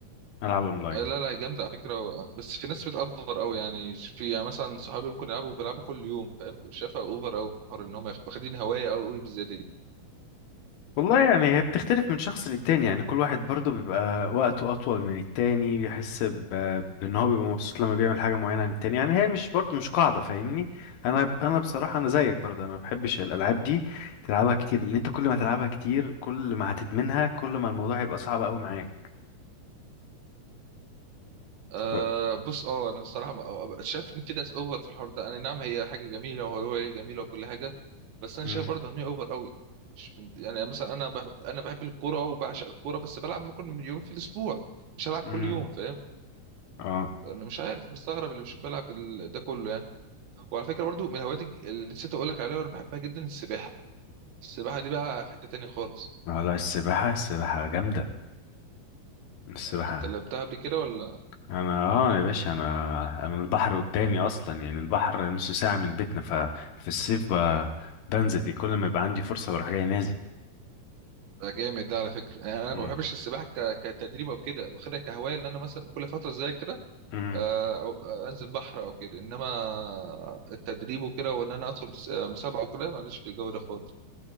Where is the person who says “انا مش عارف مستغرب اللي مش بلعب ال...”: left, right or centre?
Right